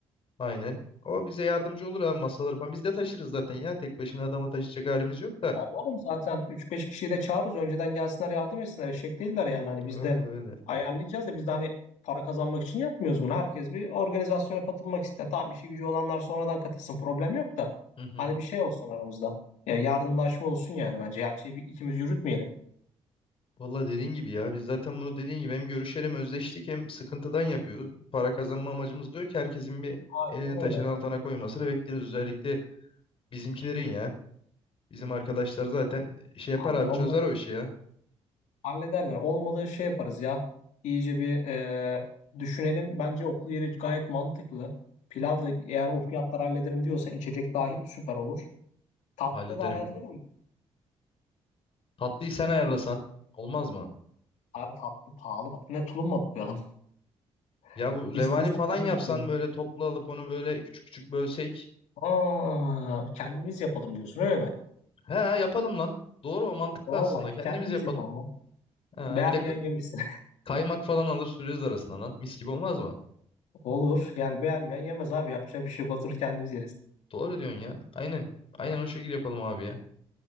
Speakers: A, on the left; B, on the left.
A: Aynen. O bize yardımcı olur abi masaları falan. Biz de taşırız zaten ya. Tek başına adama taşıyacak halimiz yok da.
B: Abi oğlum zaten üç beş kişiyi de çağırırız. Önceden gelsinler yardım etsinler. Eşek değiller yani. Hani biz
A: Öyle
B: de
A: öyle.
B: ayarlayacağız da biz de hani para kazanmak için yapmıyoruz bunu. Herkes bir organizasyona katılmak ister. Tamam işi gücü olanlar sonradan katılsın. Problem yok da.
A: Hı hı.
B: Hani bir şey olsun aramızda. Ya yardımlaşma olsun yani bence. Her şeyi bir, ikimiz yürütmeyelim.
A: Valla dediğin gibi ya biz zaten bunu dediğin gibi hem görüşelim hem özleştik hem sıkıntıdan yapıyoruz. Para kazanma amacımız diyor ki herkesin bir
B: Aynen
A: elini taşın
B: öyle.
A: altına koymasını bekleriz. Özellikle bizimkilerin ya. Bizim arkadaşlar zaten şey yapar
B: Abi
A: abi
B: onlar
A: çözer o işi ya.
B: hallederler. Olmadığı şey yaparız ya. İyice bir e, düşünelim. Bence okul yeri gayet mantıklı. Pilav da eğer o fiyatlar hallederim diyorsan içecek dahil süper olur. Tatlı
A: Hallederim.
B: da ayarlarım.
A: Tatlıyı sen ayarlasan olmaz mı?
B: Abi tatlı pahalı bak. Ne tulumla boyayalım.
A: Ya
B: <laughs>
A: bu
B: İstiyorsan
A: revani falan
B: tulumla
A: yapsan
B: boyayalım.
A: böyle toplu alıp onu böyle küçük küçük bölsek.
B: Aa, kendimiz yapalım diyorsun öyle mi?
A: He yapalım lan. Doğru o mantıklı
B: Valla
A: aslında. Kendimiz
B: kendimiz
A: yapalım.
B: yapalım lan.
A: Ha,
B: Beğenmeyen
A: bir de k-
B: yemesin.
A: kaymak falan alır süreriz arasına lan. Mis gibi olmaz mı?
B: <laughs> Olur. Yani beğenmeyen yemez abi. Yapacak bir şey yok. Oturur kendimiz yeriz.
A: Doğru diyorsun ya. Aynen. Aynen o şekilde yapalım abi ya.